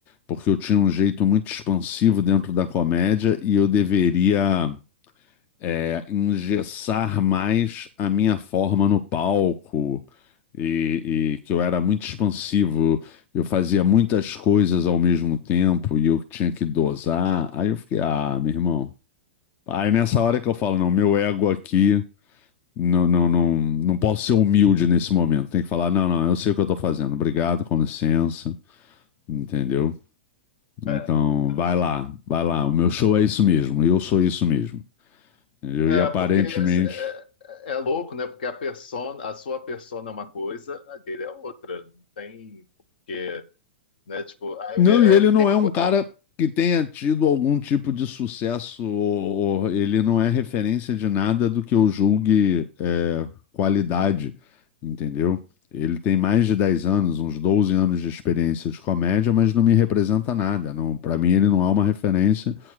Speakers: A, on the left (about 30°); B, on the left (about 55°).
A: porque eu tinha um jeito muito expansivo dentro da comédia e eu deveria é, engessar mais a minha forma no palco. E, e que eu era muito expansivo, eu fazia muitas coisas ao mesmo tempo e eu tinha que dosar. Aí eu fiquei, ah, meu irmão. Aí nessa hora que eu falo, não, meu ego aqui não, não, não, não posso ser humilde nesse momento. Tem que falar, não, não, eu sei o que eu tô fazendo. Obrigado, com licença, entendeu? Então,
B: É, é
A: vai
B: muito
A: lá, vai lá. O meu show é isso mesmo. Eu sou isso mesmo. entendeu?
B: É,
A: E aparentemente
B: porque é, é é louco, né? Porque a persona, a sua persona é uma coisa, a dele é outra. Não tem porque, né? Tipo, aí
A: Não,
B: vê-
A: e ele
B: é que
A: não
B: tem
A: é
B: a
A: um
B: coisa,
A: cara que tenha tido algum tipo de sucesso, ou, ou ele não é referência de nada do que eu julgue é, qualidade, entendeu? Ele tem mais de 10 anos, uns 12 anos de experiência de comédia, mas não me representa nada. Não, para mim ele não é uma referência,